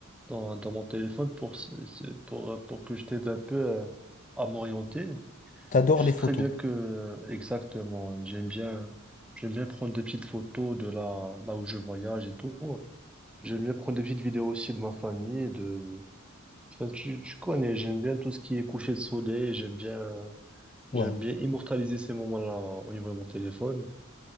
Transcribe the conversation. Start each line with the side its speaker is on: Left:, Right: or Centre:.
Centre: dans dans mon téléphone pour s- s- pour euh, pour que je t'aide un peu euh, à m'orienter.
Left: T'adores
Centre: Je sais
Left: les photos.
Centre: très bien que, exactement, j'aime bien, j'aime bien prendre des petites photos de là, là où je voyage et tout. J'aime bien prendre des petites vidéos aussi de ma famille, et de, enfin, tu, tu connais, j'aime bien tout ce qui est coucher de soleil, j'aime bien, j'aime
Left: Ouais.
Centre: bien immortaliser ces moments-là au niveau de mon téléphone.